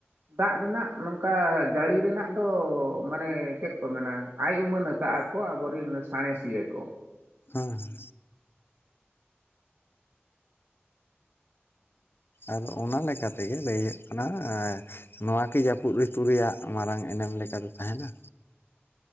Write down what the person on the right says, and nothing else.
ᱫᱟᱜ ᱨᱮᱱᱟᱜ ᱱᱚᱝᱠᱟ ᱡᱟᱹᱲᱤ ᱨᱮᱱᱟᱜ ᱫᱚ ᱢᱟᱱᱮ ᱪᱮᱫ ᱠᱚ ᱢᱮᱱᱟ, ᱟᱭ ᱩᱢᱟᱹᱱ ᱟᱠᱟᱜᱼᱟ ᱠᱚ ᱟᱵᱚ ᱨᱮᱱ ᱥᱟᱬᱮᱥᱤᱭᱟᱹ ᱠᱚ ᱾